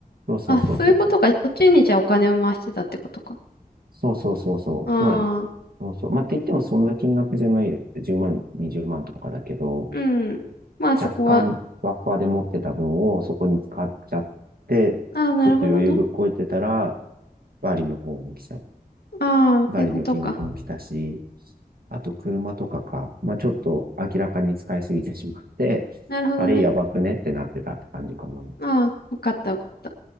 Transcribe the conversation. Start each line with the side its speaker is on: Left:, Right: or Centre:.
Right: そうそうそうそうそう。
Left: あ、そういうことか。そっちにじゃあお金を回してたってことか。
Right: そうそうそうそう。
Left: あ
Right: まあ、
Left: あ、
Right: そうそう。まあ、って言ってもそんな金額じゃないよ。10万、20万とかだけど、
Left: うん。まあそこは、
Right: 若干バッファーで持ってた分をそこに使っちゃって、
Left: ああ、なるほどね。
Right: ちょっと余裕ぶっこいてたら、バリの方も来ちゃ、
Left: ああ、
Right: バリの金額も来たし、
Left: そういうことか。
Right: あと車とかか。まあ、ちょっと明らかに使いすぎてしまって、
Left: なるほどね。
Right: あれやばくねってなってたって感じかな。
Left: ああ、わかったわかった。